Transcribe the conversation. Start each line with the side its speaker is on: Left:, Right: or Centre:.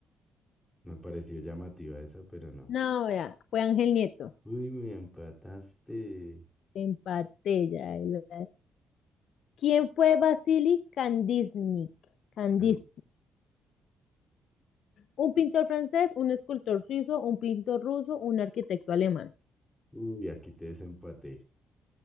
Centre: Me pareció llamativa esa, pero no.
Left: No, ya, fue Ángel Nieto.
Centre: Uy, me empataste.
Left: Empaté ya. el- ¿Quién fue Vasily Kandinsky? Kandinsky.
Centre: Tan-
Left: Un pintor francés, un escultor suizo, un pintor ruso, un arquitecto alemán.
Centre: Uy, aquí te desempaté.